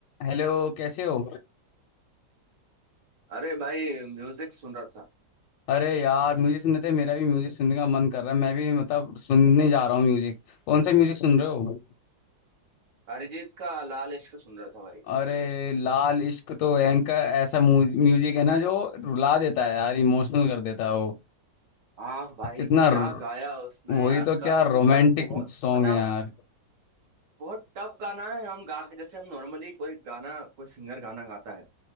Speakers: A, on the left; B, on the right.
A: Hello कैसे हो
B: अरे भाई म्यूजिक सुन रहा था
A: अरे यार म्यूजिक सुनने थे मेरा भी म्यूजिक सुनने का मन कर रहा है मैं भी मतलब सुनने जा रहा हूँ म्यूजिक कौन सा म्यूजिक सुन रहे हो
B: अरिजीत का लाल इश्क सुन रहा था भाई
A: अरे लाल इश्क तो एंकर ऐसा म्यूज- म्यूजिक है ना जो रुला देता है यार इमोशनल कर देता है वो
B: हाँ भाई
A: कितना
B: क्या
A: र-
B: गाया उसने
A: वही
B: यार
A: तो क्या
B: का
A: रोमांटिक
B: कुछ अलग बहुत
A: सॉन्ग
B: पता
A: है
B: है और
A: यार
B: बहुत टफ गाना है हम गा जैसे हम नॉर्मली कोई गाना कोई सिंगर गाना गाता है